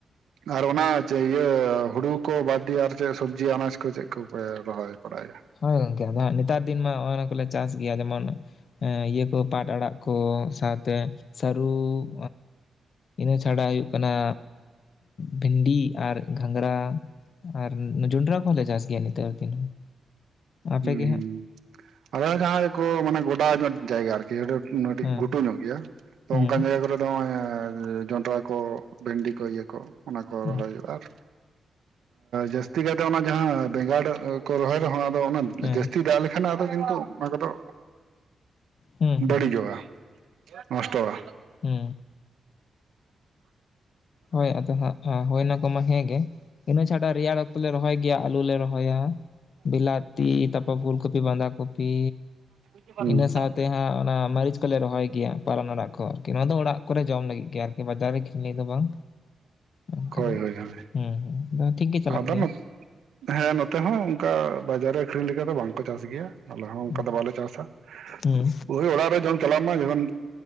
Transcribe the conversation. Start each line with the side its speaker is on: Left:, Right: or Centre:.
Right: ᱟᱨ ᱚᱱᱟ ᱡᱮ ᱤᱭᱟᱹ ᱦᱩᱲᱩ ᱠᱚ ᱵᱟᱫ ᱫᱤᱭᱮ ᱟᱨ ᱪᱮᱫ ᱥᱚᱵᱽᱡᱤ ᱟᱱᱟᱡᱽ ᱠᱚ ᱪᱮᱫ ᱠᱚᱯᱮ ᱨᱚᱦᱚᱭ ᱵᱟᱲᱟᱭᱟ
Left: ᱦᱳᱭ ᱜᱚᱝᱠᱮ ᱱᱮᱛᱟᱨ ᱫᱤᱱ ᱢᱟ ᱱᱚᱭ ᱚᱱᱟ ᱠᱚᱞᱮ ᱪᱟᱥ ᱜᱮᱭᱟ ᱡᱮᱢᱚᱱ ᱮ ᱤᱭᱟᱹ ᱠᱚ ᱯᱟᱴ ᱟᱲᱟᱜ ᱠᱚ ᱥᱟᱶᱛᱮ ᱥᱟᱹᱨᱩ- ᱤᱱᱟᱹ ᱪᱷᱟᱲᱟ ᱦᱩᱭᱩᱜ ᱠᱟᱱᱟ ᱵᱷᱤᱱᱰᱤ ᱟᱨ ᱜᱷᱟᱸᱝᱨᱟ ᱟᱨ ᱡᱚᱸᱰᱨᱟ ᱠᱚᱦᱚᱸᱞᱮ ᱪᱟᱥ ᱜᱮᱭᱟ ᱱᱮᱛᱟᱨ ᱫᱤᱱ ᱟᱯᱮ
Right: ᱦᱩᱸ
Left: ᱜᱮ ᱦᱟᱸᱜ
Right: ᱟᱨ ᱡᱟᱦᱟᱸᱠᱚ ᱢᱟᱱᱮ ᱜᱚᱰᱟᱜ ᱱᱚᱜ ᱡᱟᱭᱜᱟ ᱟᱨᱠᱤ ᱠᱟᱹᱴᱤᱡ
Left: ᱦᱮᱸ
Right: ᱜᱷᱩᱴᱩ ᱧᱚᱜ ᱜᱮᱭᱟ ᱛᱚ
Left: ᱦᱮᱸ
Right: ᱚᱱᱠᱟᱱ ᱡᱟᱭᱜᱟ ᱠᱚᱨᱮ ᱫᱚ ᱱᱚᱜᱼᱚᱭ ᱡᱚᱱᱰᱨᱟ ᱠᱚ ᱵᱷᱮᱱᱰᱤ ᱠᱚ ᱤᱭᱟᱹ ᱠᱚ ᱚᱱᱟ ᱠᱚ
Left: ᱦᱮᱸ
Right: ᱨᱚᱦᱚᱭ ᱦᱩᱭᱩᱜᱼᱟ ᱟᱨ ᱡᱟᱹᱥᱛᱤ ᱠᱟᱭ ᱛᱮ ᱚᱱᱟ ᱡᱟᱦᱟᱸ ᱵᱮᱸᱜᱟᱲ ᱠᱚ ᱨᱚᱦᱚᱭ ᱨᱮᱦᱚᱸ ᱟᱫᱚ ᱚᱱᱟ
Left: ᱦᱮᱸ
Right: ᱡᱟᱹᱥᱛᱤ ᱫᱟᱜ ᱮᱱᱠᱷᱟᱱ ᱟᱫᱚ ᱠᱤᱱᱛᱩ ᱚᱱᱟ ᱠᱚᱫᱚ
Left: ᱦᱮᱸ ᱦᱮᱸ
Right: ᱵᱟᱹᱲᱤᱡᱚᱜᱼᱟ ᱱᱚᱥᱴᱚᱜᱼᱟ
Left: ᱦᱮᱸ ᱦᱳᱭ ᱟᱫᱚ ᱦᱟᱸᱜ ᱦᱳᱭᱱᱟ ᱠᱚ ᱢᱟ ᱦᱮᱸ ᱜᱮ ᱤᱱᱟᱹ ᱪᱷᱟᱰᱟ ᱨᱮᱭᱟᱲ ᱚᱠᱛᱚ ᱞᱮ ᱨᱚᱦᱚᱭ ᱜᱮᱭᱟ ᱟᱞᱩ ᱞᱮ ᱨᱚᱦᱚᱭᱟ ᱵᱤᱞᱟᱛᱤ ᱛᱟᱯ- ᱯᱷᱩᱞ ᱠᱚᱯᱤ ᱵᱟᱸᱫᱟ ᱠᱚᱯᱤ
Right: ᱦᱩᱸ
Left: ᱤᱱᱟᱹ ᱥᱟᱶᱛᱮ ᱦᱟᱸᱜ ᱚᱱᱟ ᱢᱟᱨᱤᱪ ᱠᱚᱞᱮ ᱨᱚᱦᱚᱭ ᱜᱮᱭᱟ ᱯᱟᱞᱚᱢ ᱟᱲᱟᱜ ᱠᱚ ᱟᱨᱠᱤ ᱱᱚᱣᱟ ᱫᱚ ᱚᱲᱟᱜ ᱠᱚᱨᱮ ᱡᱚᱢ ᱞᱟᱹᱜᱤᱫ ᱜᱮ ᱟᱨᱠᱤ ᱵᱟᱡᱟᱨ ᱨᱮ ᱠᱷᱨᱤᱧ ᱞᱟᱹᱜᱤᱛ ᱫᱚ ᱵᱟᱝ ᱚᱱᱠᱟ
Right: ᱦᱳᱭ ᱦᱳᱭ ᱦᱳᱭ
Left: ᱦᱩᱸ ᱦᱩᱸ ᱟᱫᱚ ᱴᱷᱤᱠ ᱜᱮ ᱪᱟᱞᱟᱜ
Right: ᱟᱫᱚ
Left: ᱜᱮᱭᱟ
Right: ᱦᱮᱸ ᱱᱚᱛᱮ ᱦᱚᱸ ᱚᱱᱠᱟ ᱵᱟᱡᱟᱨ ᱨᱮ ᱟᱠᱷᱨᱤᱧ ᱞᱮᱠᱟ ᱫᱚ ᱵᱟᱝᱠᱚ ᱪᱟᱥ ᱜᱮᱭᱟ ᱟᱞᱮ ᱦᱚᱸ
Left: ᱦᱩᱸ
Right: ᱚᱱᱠᱟ ᱫᱚ ᱵᱟᱞᱮ ᱪᱟᱥᱟ
Left: ᱦᱩᱸ
Right: ᱵᱟᱹᱦᱩ ᱚᱲᱟᱜ ᱨᱮ ᱡᱚᱢ ᱪᱟᱞᱟᱜ ᱢᱟ ᱡᱮᱢᱚᱱ